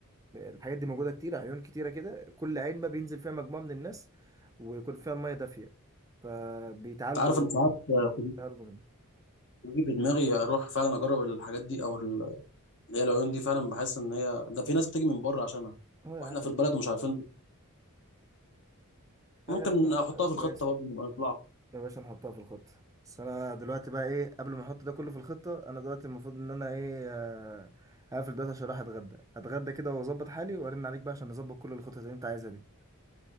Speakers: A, on the right (about 15°); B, on the left (about 55°).
A: الحاجات دي موجودة كتير عيون كتيرة كده كل عين بقى بينزل فيها مجموعة من الناس ويكون فيها المية دافية فبيتعالجوا
B: انت عارف انا ساعات في-
A: بيتعالجوا منه
B: بيجي في دماغي اروح فعلا اجرب الحاجات دي او ال- اللي هي العيون دي فعلا بحس ان هي ده في ناس بتيجي من بره عشانها
A: اه يا
B: واحنا
A: عم
B: في البلد ومش عارفين
A: آه،
B: ممكن احطها
A: آه،
B: في
A: كويس
B: الخطه برضه نبقى نطلع
A: يا باشا نحطها في الخطة بس انا دلوقتي بقى ايه قبل ما احط ده كله في الخطة انا دلوقتي المفروض ان انا ايه آه، هقفل دلوقتي عشان رايح اتغدى اتغدى كده واظبط حالي وارن عليك بقى عشان نظبط كل الخطط اللي انت عايزها دي